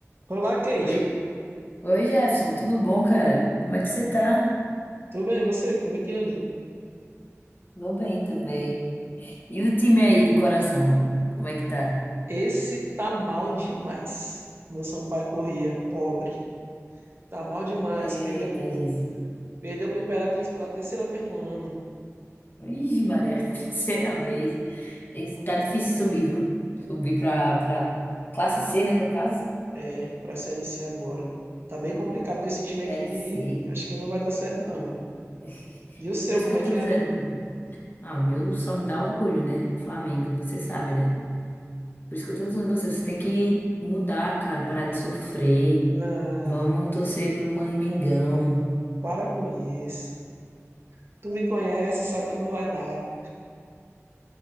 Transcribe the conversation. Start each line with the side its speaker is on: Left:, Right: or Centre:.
Right: Olá, Kate.
Left: Oi, oi Jefferson, tudo bom, cara? Como é que você tá?
Right: Tudo bem? E você? Como é que anda?
Left: Vou bem também. E o time aí do coração? Como é que tá?
Right: Esse tá mal demais. Meu Sampaio Corrêa, pobre. Tá mal demais.
Left: Eita,
Right: Perdeu pro,
Left: Jesus.
Right: perdeu pro Imperatriz pela terceira vez no ano.
Left: Ixi, Maria, <laughs> terceira vez. Ih, Tá difícil subir, viu? Subir pra, pra classe C, né, no caso?
Right: É, pra Série C agora. Tá meio complicado com esse time aqui.
Left: Série C.
Right: Acho que não vai dar certo, não.
Left: <laughs>
Right: E o seu,
Left: Por isso
Right: como
Left: que eu
Right: é que
Left: tô dizendo,
Right: anda?
Left: pô. Ah, o meu só me dá orgulho, né? Flamengo, você sabe, né? Por isso que eu tô dizendo a você, você tem que mudar, cara, parar de sofrer.
Right: Não,
Left: Vamos torcer pro Mãe Mengão.
Right: para com isso. Tu me conhece, sabe que não vai dar.